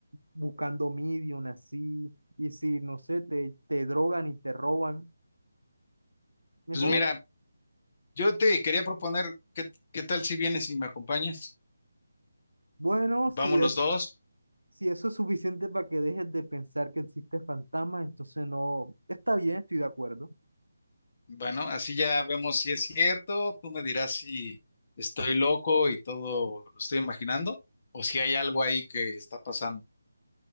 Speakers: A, on the right; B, on the left.
A: buscando medium así, y si, no sé, te, te drogan y te roban, mejor.
B: Pues mira, yo te quería proponer, ¿qué, qué tal si vienes y me acompañas?
A: Bueno, si
B: Vamos los
A: es,
B: dos.
A: si eso es suficiente para que dejes de pensar que existe fantasma, entonces no, está bien, estoy de acuerdo.
B: Bueno, así ya vemos si es cierto. Tú me dirás si estoy loco y todo lo estoy imaginando o si hay algo ahí que está pasando.